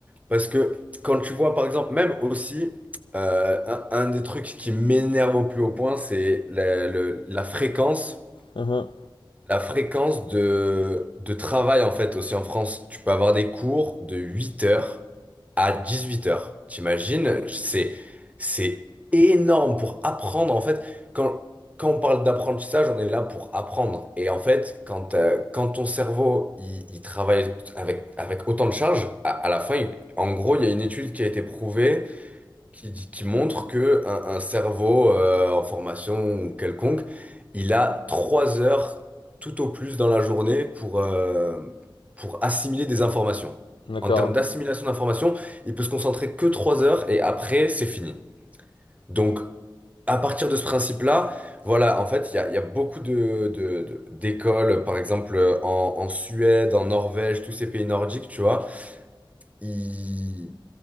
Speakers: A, on the right; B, on the left.
A: Parce que quand tu vois, par exemple, même aussi, euh, un, un des trucs qui m'énerve au plus haut point, c'est la, le- la fréquence.
B: Mhm.
A: La fréquence de, de travail, en fait, aussi en France, tu peux avoir des cours de 8 heures à 18 heures. T'imagines? C'est, c'est énorme pour apprendre. En fait, quand, quand on parle d'apprentissage, on est là pour apprendre. Et en fait, quand, euh, quand ton cerveau, il, il travaille avec, avec autant de charges, à, à la fin, il- en gros, il y a une étude qui a été prouvée qui, dit- qui montre que un, un cerveau euh, en formation ou quelconque, il a trois heures tout au plus dans la journée pour, euh, pour assimiler des informations.
B: D'accord.
A: En termes
B: ouais.
A: d'assimilation d'informations, il peut se concentrer que trois heures et après, c'est fini. Donc, à partir de ce principe-là, voilà, en fait, il y a, il y a beaucoup de, de- de- d'écoles, par exemple en, en Suède, en Norvège, tous ces pays nordiques, tu vois, ils,